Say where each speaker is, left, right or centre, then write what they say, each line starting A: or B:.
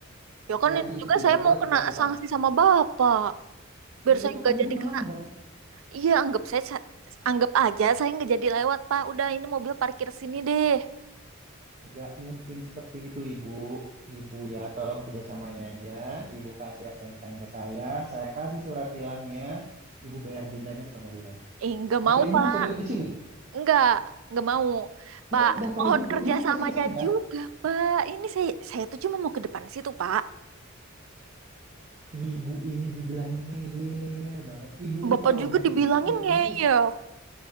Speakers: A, on the right; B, on the right.
A: ya kan
B: Jadi
A: ini
B: itu
A: juga
B: tidak
A: saya mau
B: boleh
A: kena
B: dilakukan.
A: sanksi sama Bapak. Biar
B: Ya
A: saya
B: itu
A: nggak
B: kan ibu
A: jadi
B: melanggar.
A: kena Iya, anggap saya sa- anggap aja saya nggak jadi lewat, Pak. Udah ini mobil parkir sini deh.
B: Nggak mungkin seperti itu ibu. Ibu ya tolong kerjasamanya aja. Ibu kasih SNK-nya ke saya, saya kasih surat tilangnya, ibu bayar dendanya di pengadilan.
A: Eh, nggak mau,
B: Atau ibu
A: Pak.
B: mau saya denda di sini?
A: Nggak, nggak mau. Pak,
B: Ya udah kalau
A: mohon
B: gitu,
A: kerjasamanya
B: ibu kasih ke saya.
A: juga, Pak. Ini saya saya tuh cuma mau ke depan situ, Pak.
B: Ibu ini dibilangin ngeyel banget. Ibu ini
A: Bapak
B: kalau
A: juga
B: begini,
A: dibilangin
B: ibu
A: ngeyel.